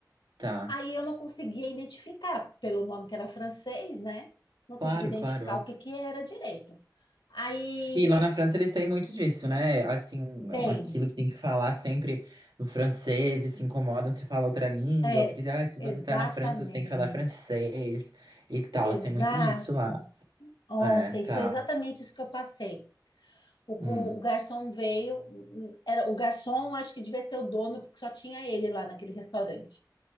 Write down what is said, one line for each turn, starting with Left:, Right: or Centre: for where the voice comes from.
Right: tá.
Left: Aí eu não conseguia identificar, pelo nome que era francês, né? Não conseguia
Right: Claro,
Left: identificar
Right: claro, óbvio.
Left: o que que era direito. Aí
Right: E lá na França eles têm muito disso, né? Assim, um-
Left: tem,
Right: aquilo que tem que falar sempre no francês e se incomodam se fala outra língua,
Left: é,
Right: porque ah, se
Left: exatamente,
Right: você tá na França, você tem que falar francês e tal.
Left: exato.
Right: Tem muito disso lá.
Left: Nossa,
Right: É, tá.
Left: e foi exatamente isso que eu passei. O,
Right: Hum,
Left: o- o garçom veio, hum, era o garçom, acho que devia ser o dono, porque só tinha ele lá naquele restaurante.